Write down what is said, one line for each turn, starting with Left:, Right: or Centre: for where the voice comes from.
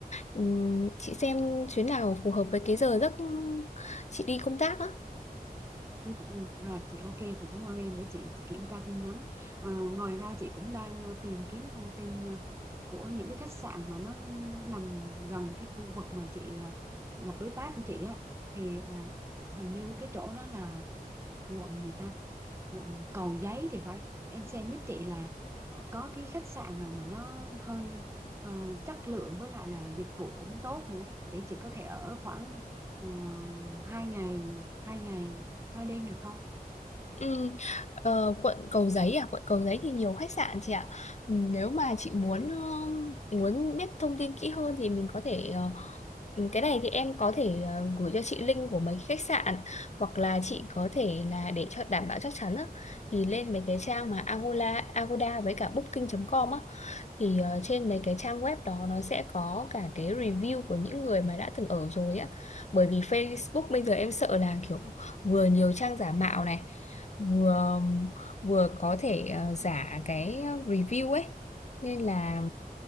Left: ừm, chị xem chuyến nào phù hợp với cái giờ giấc chị đi công tác á
Right: Ừ, ừ, rồi chị ok chị cảm ơn em để chị chị kiểm tra tin nhắn Ờ, ngoài ra chị cũng đang ờ, tìm kiếm thông tin ờ, của những cái khách sạn mà nó nằm gần cái khu vực mà chị ờ, gặp đối tác của chị á thì à, hình như cái chỗ đó là quận gì ta quận Cầu Giấy thì phải em xem giúp chị là ờ, có cái khách sạn nào mà nó hơi ờ, chất lượng với lại là dịch vụ cũng tốt nữa để chị có thể ở khoảng uh, hai ngày hai ngày hai đêm được không
Left: Ừ, ờ, quận Cầu Giấy à quận Cầu Giấy thì nhiều khách sạn chị ạ Ừ, nếu mà chị muốn ờ, muốn biết thông tin kỹ hơn thì mình có thể ờ, ừ, cái này thì em có thể ờ, gửi cho chị link của mấy khách sạn hoặc là chị có thể là để cho đảm bảo chắc chắn á, thì lên mấy cái trang mà Agoda Agoda với cả Booking.com á thì ờ, trên mấy cái trang web đó nó sẽ có cả cái review của những người mà đã từng ở rồi á bởi vì Facebook bây giờ em sợ là kiểu vừa nhiều trang giả mạo này vừa vừa có thể ờ, giả cái review ấy nên là